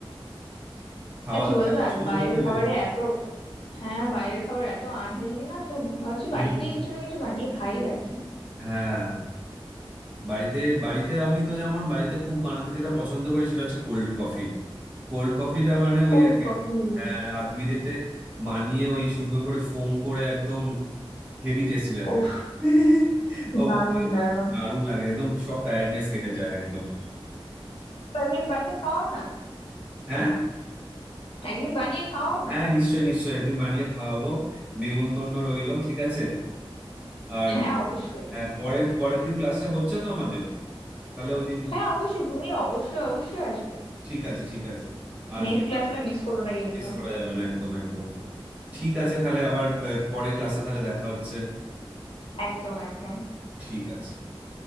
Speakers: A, on the right; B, on the left.
A: খাওয়া
B: আর কি
A: দাওয়ার
B: বলতো
A: একটা
B: আর
A: সুযোগ
B: বাইরের
A: পেলে
B: খাবারে এত হ্যাঁ বাইরের খাবার এত আনহেলদি না তো ভাবছি
A: হুম
B: বাড়িতেই কিছু না কিছু বানিয়ে খাই আর কি
A: হ্যাঁ বাড়িতে বাড়িতে আমি তো যেমন বাড়িতে খুব বানাতে যেটা পছন্দ করি সেটা হচ্ছে কোল্ড কফি কোল্ড কফিটা মানে ওই
B: কোল
A: আর কি,
B: পকোড়ি
A: হ্যাঁ রাত বিরেতে বানিয়ে ওই সুন্দর করে ফোম করে একদম হেভি টেস্টি লাগে
B: উফ
A: <laughs> অপর
B: দারুণ
A: দিকে
B: দারুণ
A: দারুণ লাগে একদম সব টায়ার্ডনেস কেটে যায় একদম
B: তো একদিন বানিয়ে খাওয়াও না
A: হ্যাঁ
B: একদিন বানিয়ে খাওয়াও
A: হ্যাঁ
B: না
A: নিশ্চয়ই নিশ্চয়ই একদিন বানিয়ে খাওয়াবো নেমন্তন্ন রইলো ঠিক আছে আর
B: হ্যাঁ অবশ্যই
A: হ্যাঁ পরের পরের দিন ক্লাসটা হচ্ছে তো আমাদের তাহলে ওই দিন
B: হ্যাঁ অবশ্যই তুমি অবশ্যই অবশ্যই আসবে
A: ঠিক আছে ঠিক আছে আসবো
B: নেক্সট ক্লাসটা
A: তাহলে
B: মিস করো না কিন্তু
A: মিস করা যাবে না একদম একদম ঠিক আছে তাহলে আবার আহ, পরের ক্লাসে তাহলে দেখা হচ্ছে
B: একদম একদম
A: ঠিক আছে